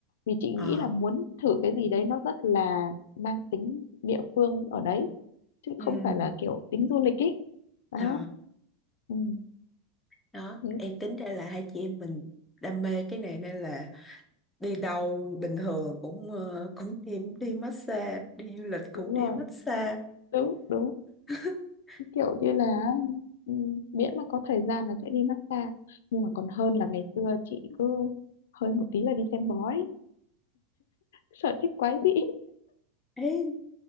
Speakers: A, on the left (about 85°); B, in the centre.
A: vì chị
B: ờ
A: nghĩ là muốn thử cái gì đấy nó rất là mang tính địa phương ở đấy chứ
B: ừ
A: không phải là kiểu tính du lịch ấy đó
B: ờ
A: ừ,
B: đó
A: thế,
B: Ê, tính ra là hai chị em mình đam mê cái này nên là đi đâu bình thường cũng ờ, cũng đi đi massage đi du lịch cũng
A: đúng
B: đi
A: rồi
B: massage
A: đúng đúng
B: <laughs>
A: kiểu như là ừ, miễn mà có thời gian là sẽ đi massage nhưng mà còn hơn là ngày xưa chị cứ hơi một tí là đi xem bói sở thích quái dị
B: ấy